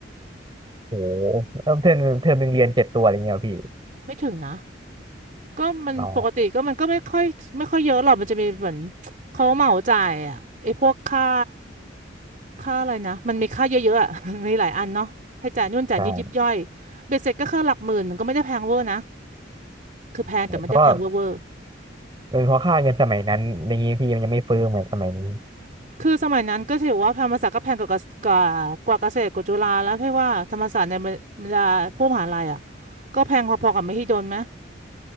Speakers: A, on the right; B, on the right.
A: โอ้โหเริ่มเทอมเทอมหนึ่งเรียนเจ็ดตัวอะไรเงี้ยเหรอพี่
B: ไม่ถึงนะ ก็มันปกติก็มันก็ไม่ค่อยไม่ค่อยเยอะหรอกมันจะมีเหมือน
A: อ๋อ
B: เขาเหมาจ่ายอ่ะไอ้พวกค่าค่าอะไรนะมันมีค่าเยอะๆอ่ะ <laughs> มนมีหลายอันเนาะให้จ่ายนู่นจ่ายนี่ยิบย่อย
A: ใช่
B: เบ็ดเสร็จก็คือหลักหมื่นมันก็ไม่ได้แพงเวอร์นะคือแพงแต่ไม่ได้แพงเวอร์เวอร์
A: เพราะว่าเออเพราะค่าเงินสมัยนั้นอย่างนี้พี่มันยังไม่เฟ้อเหมือนสมัยนี้
B: คือสมัยนั้นก็ถือว่าธรรมศาสตร์ก็แพงกว่ากว่ากว่ากว่าเกษตรกว่าจุฬาแล้วเพราะว่าธรรมศาสตร์ในบรรดาพวกมหาลัยอ่ะก็แพงพอๆกับมหิดลไหม